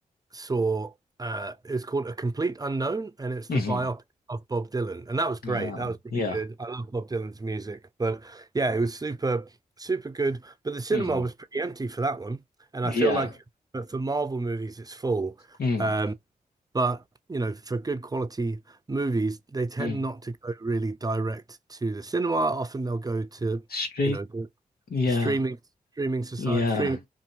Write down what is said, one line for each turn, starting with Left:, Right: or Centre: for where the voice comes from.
Right: saw uh it's called A Complete Unknown and it's
Left: hmm
Right: the biopic of Bob Dylan. And that was great.
Left: Ah,
Right: That was really
Left: yeah.
Right: good. I love Bob Dylan's music. But yeah, it was super, super good. But the cinema
Left: hmm
Right: was pretty empty for that one. And
Left: Yeah.
Right: I feel like but for Marvel movies it's full.
Left: mm
Right: Um but you know for good quality movies they tend
Left: Mm.
Right: not to go really direct to the cinema. Often they'll go to
Left: Straight.
Right: you know the,
Left: Yeah.
Right: the streaming streaming society
Left: Yeah.
Right: streaming